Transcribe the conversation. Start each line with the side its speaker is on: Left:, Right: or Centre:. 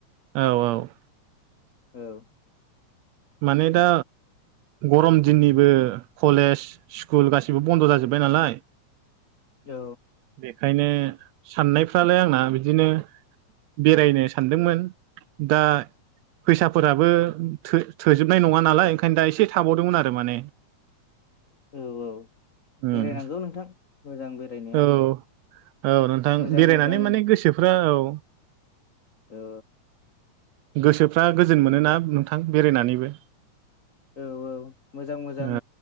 Right: औ औ
Left: औ।
Right: माने दा। गरम दिननिबो कलेज स्कुल गासिबो बन्द' जाजोब्बाय नालाय।
Left: औ।
Right: बेखायनो साननायफ्रालाय आंना बिदिनो। बेरायनो सानदोंमोन दा फैसाफोराबो थो थोजोबनाय नङा नालाय ओंखायनो दा एसे थाबावदोंमोन आरो माने।
Left: औ औ
Right: उम
Left: बेरायनांगौ नोंथां मोजां बेरायनाया।
Right: औ औ नोंथां
Left: मोजां
Right: बेरायनानै
Left: मोजां
Right: माने गोसोफ्रा औ।
Left: औ।
Right: गोसोफ्रा गोजोन मोनोना नोंथां बेरायनानैबो
Left: औ औ मोजां मोजां
Right: औ